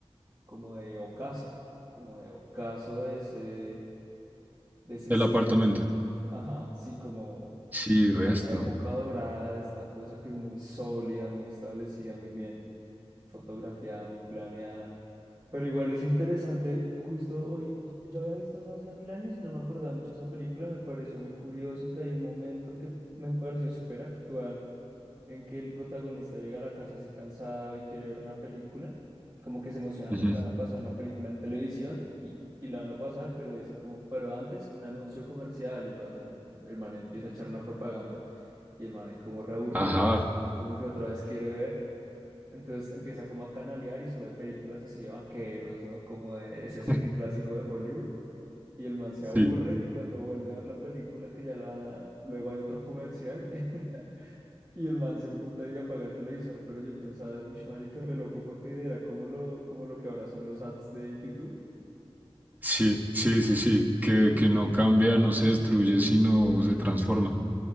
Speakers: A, on the right; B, on the right.
A: como de ocaso, como de ocaso de ese, de ese
B: El
A: cine
B: apartamento.
A: así. Ajá, sí, como
B: Sí,
A: como
B: resto.
A: esa época dorada, esta cosa que es muy sólida, muy establecida, muy bien fotografiada, muy planeada. Pero igual es interesante, justo hoy, y- yo había visto eso hacía mil años y no me acordaba mucho de esa película, me pareció muy curioso que hay un momento que me pareció súper actual, en que el protagonista llega a la casa así cansado y quiere ver una película, como que se emociona
B: Ujú.
A: porque van a pasar una película en televisión y, y la van a pasar, pero dicen como, pero antes un anuncio comercial y pasan, el man empieza a echar una propaganda. Y el man ahí como reaburrido,
B: Ajá.
A: como que otra vez quiere ver. Entonces empieza como a canalear y solo hay películas así de vaqueros, ¿no? Como de ese cine
B: <laughs>
A: clásico de Hollywood. Y el man se aburre
B: Sí,
A: y cuando vuelve a ver la película que ya la van a dar, luego hay otro comercial <laughs> y el man se emputa y apaga el televisor. Pero yo pensaba, uff, marica, re loco porque era como lo, como lo que ahora son los ads de YouTube.
B: sí, sí, sí, sí. Que, que no cambia, no se destruye, sino se transforma.